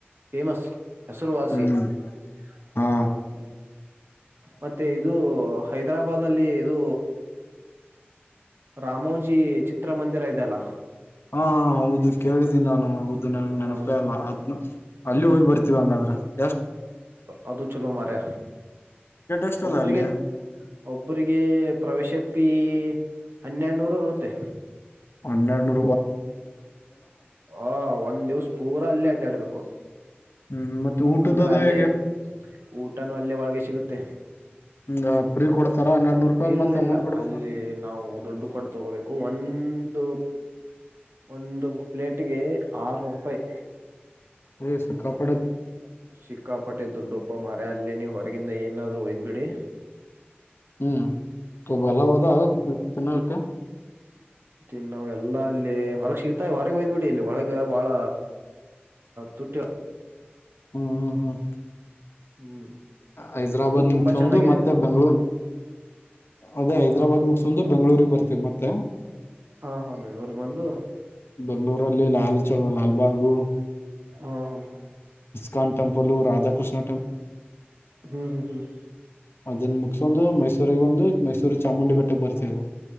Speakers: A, on the right; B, on the left.
A: ಫೇಮಸ್ ಹೆಸರುವಾಸಿ
B: ಹ್ಮ್
A: ಹ
B: ಹಾ
A: ಹ್ಮ್ ಹ್ಮ್ ಮತ್ತೆ ಇದು ಹೈದ್ರಾಬಾದ್ ಾದಲ್ಲಿ ಇದು ರಾಮೋಜಿ ಚಿತ್ರ ಮಂದಿರ ಇದೆಲ್ಲ
B: ಹಾ ಹೌದು ಕೇಳಿದ್ದೀನಿ ನಾನು ಹೌದು ನನ್ ನೆನಪೇ
A: ಹಾ
B: ಅಲ್ಲ ಅದ್ನು ಅಲ್ಲಿ ಹೋಗಿ ಬರ್ತೀವಿ ಹಂಗಾದ್ರ ಎಷ್ಟ
A: ಅ ಚಲೋ ಮಾರೆೆ
B: ಎಷ್ಟ
A: ಒಬ್ಬರಿಗೆ
B: ಅದ ಅಲ್ಲಿ
A: ಒಬರಿಗೆ ಪ್ರವೇಶ ಪೇ ಹನ್ನೆರಡುನೂರು ಆರುತ್ತೆ
B: ಹನ್ನೆರಡು
A: ಹ ಒಂದ್ ದಿವ್ಸ ಪೂರಾ ಅಲ್ಲೇ ಅಡ್ಡಾಡ್ಬೇಕು
B: ಹ್ಮ್ ಮತ್ತೆ ಊಟದದು
A: ಅಂದ್ರೆ ಅಲ್ಲೇ
B: ಹೇಗೆ
A: ಊಟನೂ ಅಲ್ಲೇ ಒಳಗೆ ಸಿಗುತ್ತೆ
B: ಹ್ಮ ಫ್ರೀ ಕೊಡ್ತಾರ ಹನ್ನೆರಡ್ ನೂರು ರೂಪಾಯಿ
A: ಇಲ್ಲ
B: ಮತ್ತ ಅಮೌಂಟ್
A: ಇಲ್ಲ
B: ಕೊಡ್ಬೇಕಾ
A: ಅಲ್ಲಿ ನಾವು ದುಡ್ಡು ಕೊಡ್ತಗೋಬೇಕು ಒಂದ ಒಂದು ಒಂದು ಪ್ಲೇಟ್ಗೆ ಆರ್ನೂರು ರೂಪಾಯಿ
B: ರ ಸಕ್ಕಪ್ಪ
A: ಸಿಕ್ಕಾಪಟ್ಟೆ ದುಡ್ಡ ಉಪ್ಪ ಮರ ಅಲ್ಲೇ ನೀ ಹೊರಗಿಂದ ಏನಾದ್ೂ ಒಯದ್ ಬಿಡಿ
B: ಹ್ಮ್ ಭಲವದಾನ್ನಕ್ಕೆೆ
A: ತಿನ್ನು ನಾವ್ ಎಲ್ಲ ಅಲ್ಲಿ ಹೊರಗ್ ಸಿಗ್ತಾ ಹೊರಗೆ ಒಯ್ದ್ ಬಿಿಡಿ ಇಲ್ಲಿ ಒಳಗ ಬಾಳ ತುಟ್ಟಿ
B: ಹ್ಮ್ ಹ್ಮ್ ಹ್ಮ್
A: ಹ್ಮ್
B: ಹೈದ್ರಾಬಾದ್
A: ಅದು ತುಂಬಾ
B: ಮುಗಸೋಂದು
A: ಚೆನ್ನಾಗಿದೆ
B: ಮತ್ತೆ ಬೆಂಗ್ಗಳೂ ಅದೇ ಹೈದ್ರಾಬಾದ್
A: ಹ
B: ಮುಗಸೋಂದು ಬೆಂಗಗಳೂರಿಗೆ ಬರ್ತವಿ ಮ್ಮ ಮ
A: ಹಾ ಹಾ ಬೆಂಗಳೂರ್ಗ್ ಬಂದು
B: ಬೆಂಗಳೂರಲ್ಲಿ ಲಾಲ್ ಚ ಲಾಲ್ಬಾಗು
A: ಹಾ ಹಾ
B: ಸ್ಕಾನ್ ಟಂಪಲ್ ರಧಾಕೃಷ್ಣ
A: ಹ್ಮ್ ಹ್ಮ್ ಹ್ಮ್
B: ಅದನ್ನ ಮುಗಸೊಂದು ಮೈಸೂರಿಗೆ ಬಂದು ಮೈಸೂರು ಚಾಮುಂಡಿ ಬೆಟ್ಟಕ್ಕೆ ಬರ್ತೀವಿ